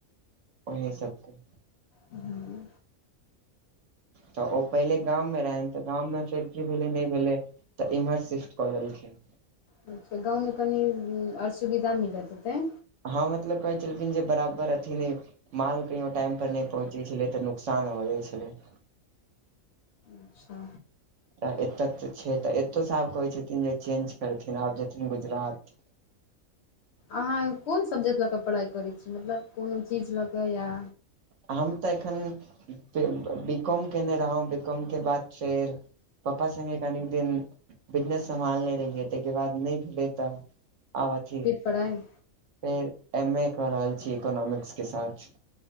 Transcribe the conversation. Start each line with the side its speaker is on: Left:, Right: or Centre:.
Right: ओही सबके
Left: हूँ
Right: तऽ ओ पहिले गाममें रहनि तऽ गाममें फेर की भेलै नय भेलै तऽ एम्हर शिफट कऽ देलखिन
Left: अच्छा गाँव में कनि ओर सुविधा मिलत हेतै
Right: हँ मतलब कहै छलखिन जे बराबर अथी नय माल कहियो टाइम पर नय पहुँचै छलै त न नुकसान हो जाइ छलय
Left: अच्छा
Right: तऽ एतऽ तऽ छै तऽ एतौ स आब कहै छथिन जे चेंज करथिन आब जेथिन गुजरात
Left: अहाँ कोन सब्जेक्ट लऽ कऽ पढ़ाइ करै छी मतलब कोनो चीज लऽ कऽ या
Right: हम तऽ एखन बे बीकॉम केने रहौ बीकॉम के बाद फेर पप्पा संगे कनि दिन बिजनेस सम्हालने रहियै ता हिके बाद नय भेलय तऽ आब अथी
Left: फिर पढ़ाइ
Right: फेर एम ए कऽ रहल छी इकोनोमिक्सके साथ